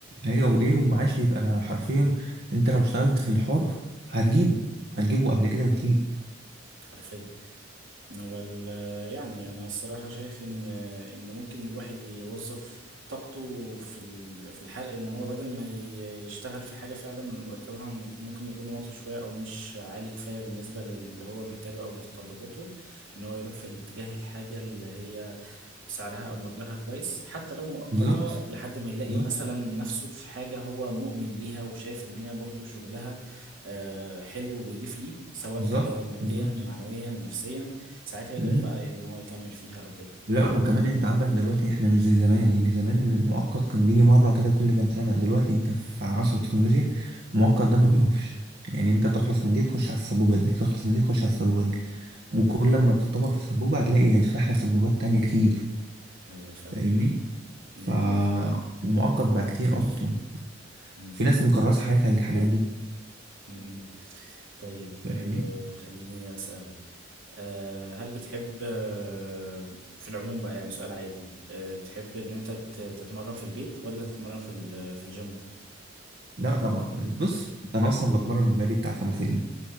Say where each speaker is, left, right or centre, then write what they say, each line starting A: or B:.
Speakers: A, on the right; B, on the right.
A: ايوه وايه والمعاش بيبقى حرفيا انت لو اشتغلت في الحر هتجيبه هتجيبه قبل كده بكتير
B: حرفيا وال يعني انا الصراحه شايف ان ان ممكن الواحد يوظف طاقته في ال- في الحرق ان هو بدل ما ي- يشتغل في حاجه فعلا مرتبها ممكن يكون واطي شويه او مش عالي كفايه بالنسبه للي هو محتاجه او متطلباته ان هو يروح في الاتجاه الحاجه اللي هي سعرها او مبلغها كويس حتى لو مؤقته
A: بالظبط
B: لحد ما يلاقي
A: بالظبط
B: مثلا نفسه في حاجه هو مؤمن بيها وشايف ان هي برضو شغلها آه، حلو وبيضيف ليه سواء
A: بالظبط
B: آه، ماديا
A: بالظبط
B: معنويا نفسيا ساعتها يقدر
A: امم
B: بقى ان هو يكمل فيها او كده
A: لا وكمان انت عندك دلوقتي احنا مش زي زمان يعني زمان المؤقت كان بيجي مرة كده كل كام سنة دلوقتي انت في عصر التكنولوجيا المؤقت ده ما بيقفش يعني انت تخلص من دي تخش على السبوبة دي تخلص من دي تخش على السبوبة دي
B: اه
A: وكل لما تتطور في سبوبة هتلاقي هيتفتح لك سبوبات تانية كتير
B: ايوه فاهم
A: فاهمني
B: دي
A: فالمعقد
B: حقيقة
A: بقى كتير اصلا
B: مم،
A: في ناس مكرسه حياتها للحاجات دي
B: مم، مم. طيب
A: فاهمني
B: آه، خليني اسالك آه، هل بتحب آه، في العموم بقى يعني سؤال عادي آه، بتحب ان انت تت- تتمرن في البيت ولا تتمرن في ال- في الجيم
A: لا طبعا بص انا اصلا بتمرن بقالي بتاع خمس سنين